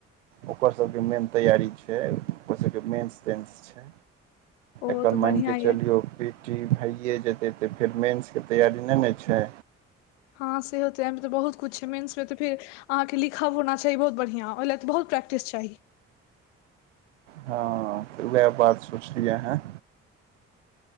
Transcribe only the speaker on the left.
ओ
तऽ
बढ़िआँ
यऽ
हँ सेहो तऽ एहिमे तऽ बहुत किछ छै मेन्समे तऽ फेर अहाँके लिखब होना चाही बहुत बढ़िआँ ओहि ले ए तऽ बहुत प्रक्टिस चाही